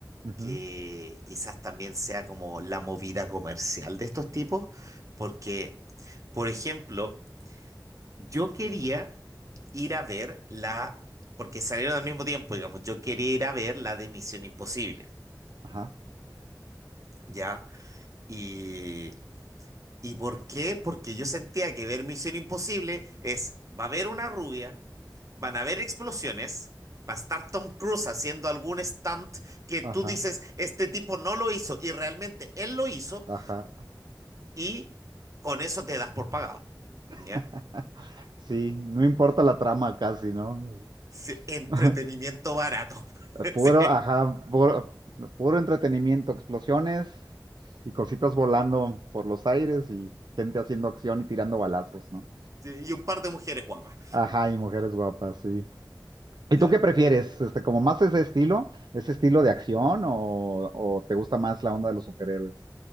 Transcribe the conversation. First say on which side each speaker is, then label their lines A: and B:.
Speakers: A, on the right; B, on the right.
A: Ujú.
B: que quizás también sea como la movida comercial de estos tipos, porque, por ejemplo, yo quería ir a ver la, porque salieron al mismo tiempo, digamos, yo quería ir a ver la de Misión Imposible,
A: Ajá,
B: ¿ya? Y ¿Y por qué? Porque yo sentía que ver Misión Imposible es, va a haber una rubia, van a haber explosiones, va a estar Tom Cruise haciendo algún stunt que
A: ajá,
B: tú dices, este tipo no lo hizo y realmente él lo hizo
A: ajá.
B: y con eso te das por pagado.
A: <laughs>
B: ¿Ya?
A: Sí, no importa la trama casi, ¿no?
B: Sí, entretenimiento
A: <laughs>
B: barato. <laughs>
A: Puro,
B: Sí,
A: ajá, puro, puro entretenimiento, explosiones y cositas volando por los aires y gente haciendo acción y tirando balazos, ¿no?
B: sí, y un par de mujeres guapas.
A: Ajá, y mujeres guapas, sí. ¿Y
B: Ya.
A: tú qué prefieres? Este, como más ese estilo, ese estilo de acción o, o te gusta más la onda de los superhéroes?